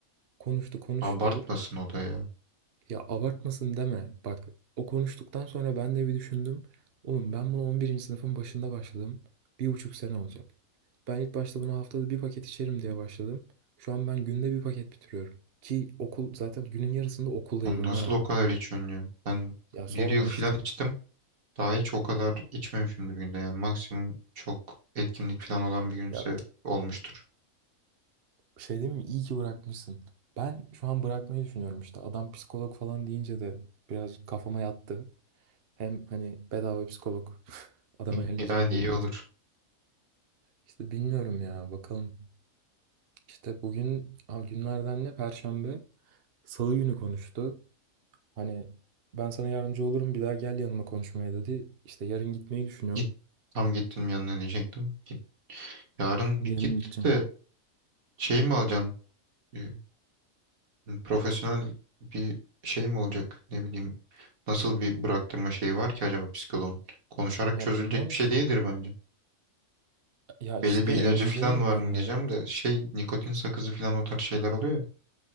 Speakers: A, on the right (about 50°); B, on the right (about 90°).
A: Konuştu konuştu.
B: abartmasın o da ya.
A: Ya abartmasın deme. Bak o konuştuktan sonra ben de bir düşündüm. Oğlum ben bunu on birinci sınıfın başında başladım. Bir buçuk sene olacak. Ben ilk başta bunu haftada bir paket içerim diye başladım. Şu an ben günde bir paket bitiriyorum. Ki okul zaten günün yarısında okuldayız
B: Lan
A: ona
B: Nasıl
A: rağmen.
B: o kadar içiyorsun ya? Ben
A: Ya
B: bir
A: sorma
B: yıl falan
A: işte.
B: içtim. Daha hiç o kadar içmemişimdir günde. Yani maksimum çok etkinlik falan olan bir günse
A: Ya
B: olmuştur.
A: şey değil mi? İyi ki bırakmışsın. Ben şu an bırakmayı düşünüyorum işte. Adam psikolog falan deyince de biraz kafama yattı. Hem hani bedava psikolog <laughs> adama
B: İyi-
A: ayarlayacağım
B: Yani
A: dediği
B: iyi olur.
A: için. İşte bilmiyorum ya bakalım. İşte bugün ha, günlerden ne? Perşembe. Salı günü konuştu. Hani ben sana yardımcı olurum bir daha gel yanıma konuşmaya dedi. İşte yarın gitmeyi düşünüyorum.
B: Git. Tam gittim yanına diyecektim. Git. Yarın
A: Yarın
B: bir git
A: gideceğim.
B: de şey mi alacaksın? Ee, Profesyonel bir şey mi olacak? Ne bileyim. Nasıl bir bıraktırma şeyi var ki acaba psikoloğun? Konuşarak
A: Ya
B: çözülecek
A: bilmiyorum
B: bir şey
A: ki.
B: değildir bence.
A: Ya işte
B: Belli bir
A: emin
B: ilacı falan
A: değilim
B: var
A: ben
B: mı diyeceğim
A: de.
B: de şey nikotin sakızı falan o tarz şeyler oluyor ya.